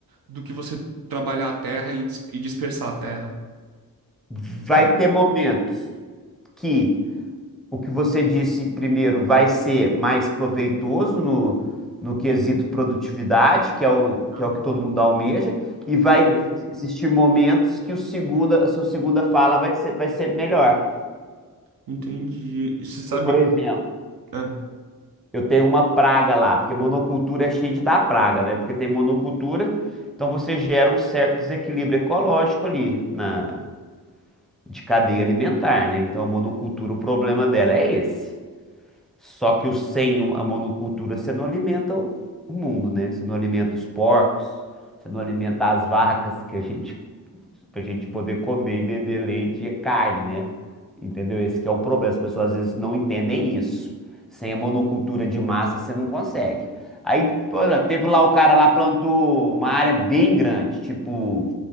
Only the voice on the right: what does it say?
do que você trabalhar a terra e, dis- e dispersar a terra,
sabe?
Uhum.
Pulverizando.
Entendi. E Você sabe.
Ah,